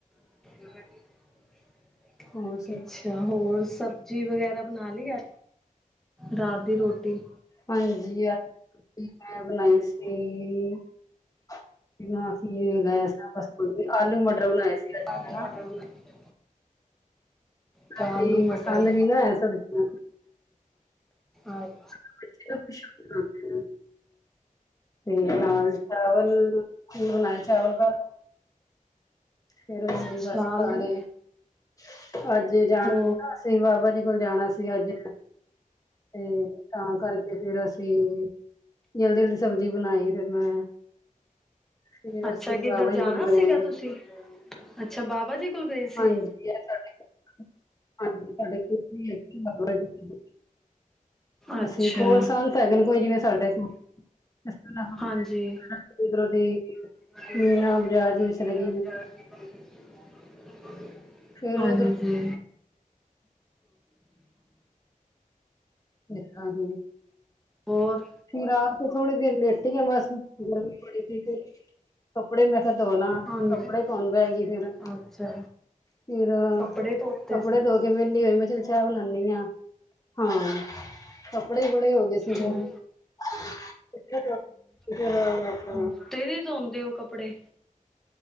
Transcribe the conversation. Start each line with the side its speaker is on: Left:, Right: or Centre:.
Centre: <inaudible>
Left: ਹੋਰ ਸੁਣਾਉ
Centre: ਅੱਛਾ, ਹੋਰ ਸਬਜ਼ੀ ਵਗੈਰਾ ਬਣਾ ਲਈ ਏ, ਰਾਤ ਦੀ ਰੋਟੀ?
Left: ਹਾਂਜੀ, ਅੱਜ, ਮੈਂ ਬਣਾਈ ਸੀ ਮੈ <unintelligible> ਆਲੂ ਮਟਰ ਬਣਾਏ ਸੀ ਅੱਜ
Centre: ਆਲੂ,
Left: ਹਨਾ।
Centre: ਮਟਰ ਬਣਾਏ ਤੇ
Left: ਬਾਕੀ
Centre: ਆਲੂ ਮਟਰ,
Left: ਪਸੰਦ ਨੀ ਨਾ ਹੈ ਸਬਜ਼ੀਆਂ
Centre: ਅੱਛਾ
Left: <inaudible> ਤੇ ਨਾਲ ਚਾਵਲ, ਬਣਾਏ ਚਾਵਲ ਕੱਲ <unintelligible>
Centre: ਅੱਛਾ ਆਲੂ
Left: ਅੱਜ ਜਾਣਾ
Centre: ਹੋ
Left: ਸੀ ਨਾ, ਅਸੀ ਬਾਬਾ ਜੀ ਕੋਲ ਜਾਣਾ ਸੀ ਅੱਜ ਤੇ ਤਾਂ, ਕਰਕੇ ਫਿਰ ਅਸੀਂ ਜਲਦੀ -ਜਲਦੀ, ਸਬਜ਼ੀ ਬਣਾਈ ਫਿਰ ਮੈਂ ਫਿਰ
Centre: ਅੱਛਾ,
Left: ਅਸੀਂ
Centre: ਕਿੱਧਰ
Left: ਬਾਬਾ ਜੀ
Centre: ਜਾਣਾ
Left: ਕੋਲ ਗਏ
Centre: ਸੀਗਾ ਤੁਸੀਂ? ਅੱਛਾ ਬਾਬਾ ਜੀ ਕੋਲ ਗਏ ਸੀ।
Left: ਹਾਂਜੀ -ਹਾਂਜੀ, ਸਾਡੇ ਕੋਲ <unintelligible>
Centre: ਅੱਛਾ
Left: ਅਸੀਂ ਕੋਲ ਸੰਤ ਹੈਗੇ, ਕੋਈ ਜਿਵੇਂ ਸਾਡੇ ਕੋਲ <unintelligible>
Centre: ਹਾਂਜੀ
Left: ‌ਉਧਰੋ ਦੀ
Centre: <unintelligible>
Left: ਮੀਨਾ ਬਾਜ਼ਾਰ ਚ ਵੀ ਚਲੇ ਗਈ ਫਿਰ
Centre: ਹਾਂਜੀ
Left: ਉਧਰੋਂ <unintelligible>
Centre: ਹੋਰ
Left: ਫਿਰ ਆ ਕੇ, ਥੋੜੀ ਦੇਰ ਲੇਟੀ ਆ ਬਸ, ਗਰਮੀ ਬੜੀ ਸੀ। ਫਿਰ ਕੱਪੜੇ ਮੈਂ ਕਿਹਾ ਧੋ ਲਾਂ,
Centre: ਹਾਂਜੀ
Left: ਕੱਪੜੇ ਧੋਣ ਬਹਿ ਗਈ ਫਿਰ।
Centre: ਅੱਛਾ
Left: ਫਿਰ
Centre: ਕੱਪੜੇ ਧੋਤੇ
Left: ਕੱਪੜੇ
Centre: ਸੀ।
Left: ਧੋ ਕੇ ਵਿਹਲੀ ਹੋਈ, ਮੈਂ ਕਿਹਾ, ਚੱਲ ਚਾਹ ਬਣਾਨੀ ਆ, ਹਾਂ। ਕੱਪੜੇ, ਬੜੇ ਹੋ ਗਏ ਸੀ
Centre: ਹੂੰ
Left: ਮੇਰੇ। <unintelligible>
Centre: ਡੇਲੀ ਧੋਂਦੇ ਹੋ ਕੱਪੜੇ?